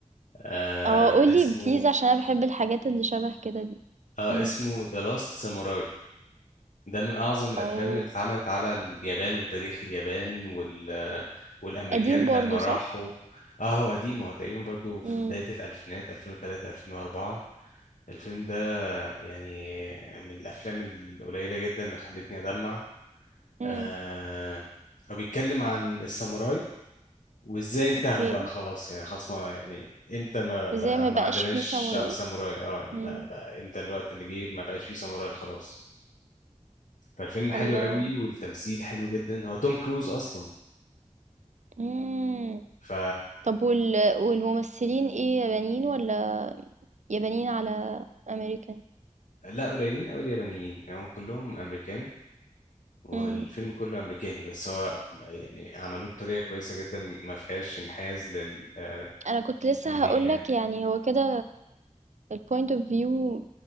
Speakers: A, on the left (about 80°); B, on the right (about 70°).
A: آه
B: اه قولي
A: اسمه
B: بليز عشان انا بحب الحاجات اللي شبه كده دي
A: اه
B: امم
A: اسمه ذا لاست ساموراي ده من اعظم الافلام
B: او
A: اللي اتعملت على اليابان وتاريخ اليابان وال والامريكان
B: قديم
A: لما
B: برضو صح
A: راحوا اه هو قديم هو تقريبا برضو في
B: امم
A: بداية الألفينات 2003 2004 الفيلم ده يعني من الافلام القليله جدا اللي خلتني ادمع
B: امم
A: آه هو بيتكلم عن الساموراي وازاي انتهوا
B: اوكي
A: بقى خلاص يعني خلاص ما يعني امتى ما بقى
B: وزي ما
A: ما
B: بقاش
A: عندناش
B: فيه ساموراي
A: ساموراي اه يعني
B: امم
A: بقى, بقى امتى الوقت اللي جه ما بقاش فيه ساموراي خلاص فالفيلم حلو
B: الله
A: قوي والتمثيل حلو جدا هو توم كروز اصلا
B: امم
A: ف
B: طب وال... والممثلين ايه يابانيين ولا يابانيين على امريكان
A: لا قليلين قوي اليابانيين يعني هم كلهم امريكان والفيلم
B: امم
A: كله امريكاني بس هو يعني عملوه بطريقه كويسه جدا ما فيهاش انحياز لل- آه،
B: انا كنت لسه
A: لامريكا
B: هقولك
A: يعني
B: يعني هو كده البوينت اوف فيو